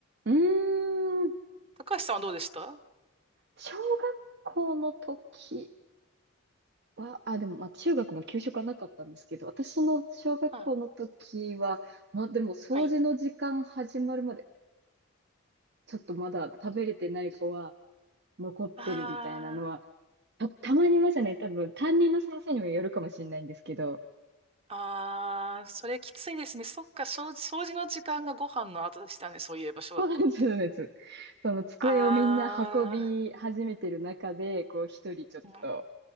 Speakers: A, on the right; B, on the right.
A: ーん、
B: 高橋さんはどうでした
A: 小学校の時は、あ、でも、まあ、中学も給食はなかったんですけど、私の小学校の時は、
B: あ、
A: まあ、でも、掃除の時間始まるまで、
B: はい。
A: ちょっとまだ食べれてない子は残ってるみたいなのは、
B: ああ。
A: た、たまにいましたね。多分、担任の先生にもよるかもしれないんですけど、
B: ああ、それきついですね。そっか、掃除掃除の時間がご飯の後でしたね。そういえば、小学校って。
A: そうなんです。その机をみんな運び始めてる中で、
B: あ
A: こう、一人ちょっと
B: あ、も